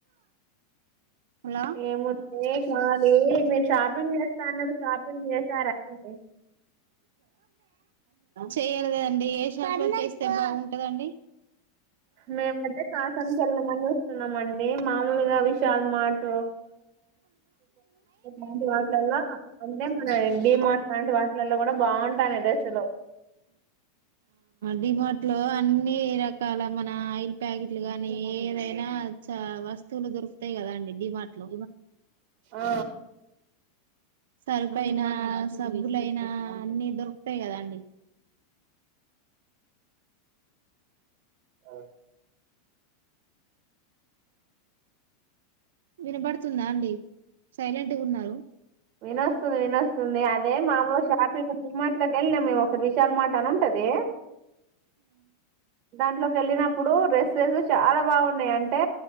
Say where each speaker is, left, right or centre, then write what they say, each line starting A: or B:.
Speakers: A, on the right; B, on the right.
A: హలో
B: ఏమున్నా కాాలి మీరు షాపింగ్ చేస్తా అన్నారు షాపింగ్ చేసారా అండి
A: చెయాలి కదండి ఏ షాప్ లో చేస్తే బాగుంటదండి
B: మేమైతే కాసిం వెళ్ళామండి వస్తున్నామండి మామూలుగా విశల్ మాట్ లాంటి వాలలో అంటే మన డిమాార్ట్ లాంటి వాటిలలో కూడా బాగుంటాను డ్రెస్సులు
A: డిమట్ లో అన్ని ర కాల మన ఆయిల్ ప్యాకెట్లు గా ఏదైనా చ వస్తువులు దొరుకుతాయి కదా అండి డిమార్ట్ లో
B: ఆ
A: షర్ప్ అయినా సబ్బులయినా అన్నిీ దొరుకుతాయి కదా అండి
B: అ
A: వినబడుతుందా అండి సైలెంట్ గా ఉన్నారు
B: వినస్తుంది కదా అదే మామూలు షాపింగ్ డిమాట్లో ఎల్ మేము స విశాల మాట అని ఉంటది దాంట్లోకి వెళ్ళినప్పుడు డ్రెస్సెస్ చాలా బాగున్నాయి అంటే